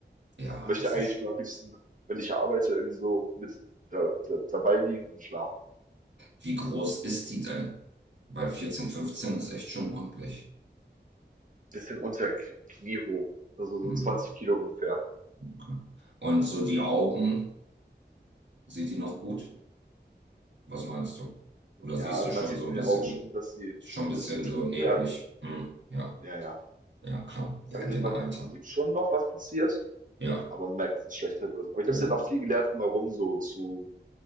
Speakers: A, on the right (about 80°); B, on the right (about 45°).
A: Ja,
B: möchte
A: das
B: eigentlich
A: ist. sch-
B: nur am liebsten, wenn ich arbeite, irgendwie so mit da, da, dabei liegen und schlafen.
A: Wie groß ist die denn? Weil 14 15 ist echt schon ordentlich.
B: Bisschen unter K- Knie hoch, also so
A: Hm,
B: 20 Kilo ungefähr.
A: okay. Und so die Augen, sieht die noch gut? Was meinst du? Oder
B: Ja,
A: siehst du
B: man
A: schon
B: sieht
A: so
B: in
A: ein
B: den
A: bisschen,
B: Augen schon, dass sie,
A: schon ein bisschen
B: dass sie trüb
A: so neblig?
B: werden.
A: Hm, ja,
B: Ja, ja.
A: ja, klar. Ja,
B: Also
A: in dem
B: man
A: Alter.
B: sieht schon noch, was passiert,
A: Ja,
B: aber man merkt, dass es schlechter wird. Aber ich
A: ja.
B: glaube,
A: ja.
B: sie hat auch viel gelernt drumherum so zu,